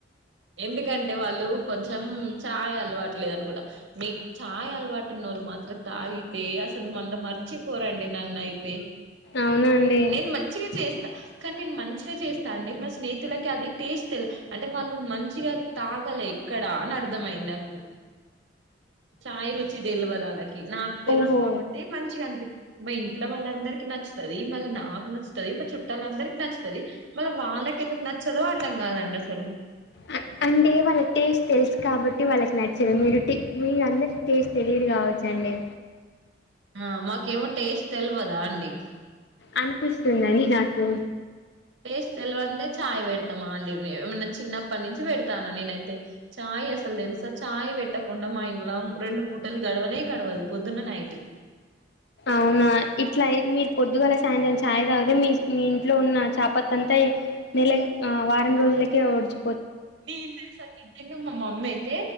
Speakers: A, on the right (about 80°); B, on the left (about 65°).
A: ఎందుకంటే వాళ్ళు కొంచెం చాయ్ అలవాటులేదనుకుంట మీక్ చాయ్ అలవాటు ఉన్నోళ్లు మా. త్రం తాగితే అసల్ మళ్ళా మర్చిపోరండి నన్న అయితే
B: అవునా అండి
A: నేన్ మంచిగా చేస్ స్తా కానీ నేన్ మంచిగా చేస్తా అండి మా స్నేహితులకది టేస్ట్ తెల్ అంటే వాళ్. నువ్ మంచిగా తాగలేక్కడ అని అర్థమయింది నాకు ఛాయ్ రుచి తెల్వదాల్లకి నాక్ తెలుసు
B: ఓహో
A: కాబ మంచిగా అంది మీ ఇంట్లో వాళ్ళందరికి నచ్చుతాది మళ్ళీ నాకు నచ్చుతాది మా చుట్టాలందరికి నచ్చుతాది మళ్ళా వాళ్ళకు ఎందుకు నచ్చదో అర్థం కాదండి అసలు
B: అ అంటే వాళ్ళకి టేస్ట్ తెలుసు కాబట్టి వాళ్ళకి నచ్చదు మీరు మీ అందరి టేస్ట్ తెలియదు కావచ్చు ఎన్ని
A: ఆ మాకేమో టేస్ట్ తెలవదా అండి
B: అనిపిస్తుందని నాకు
A: టెస్ట్ తెలవందే చాయ్ పెడతామా అండి మేము ఏమన్నా చిన్నప్పటి నుంచి పెడతన్న నేనయితే చాయ్ అసల్ తెలుసా చాయ్ పెట్టకుండా మా ఇంట్లో రెండు పూటల గడవనే గడవదు పొదున్న నైట్
B: అవునా ఇట్లాయి మీరు పొద్దుగల సాయంత్రం చాయ్ తాగితే మీ మీ ఇంట్లో ఉన్న చపత్త అంతా నెల ఆ వారం రోజులకే ఒడ్చ్
A: మిము తెలుసా మీ ఇద్దర్ మా మమ్మీ అయితే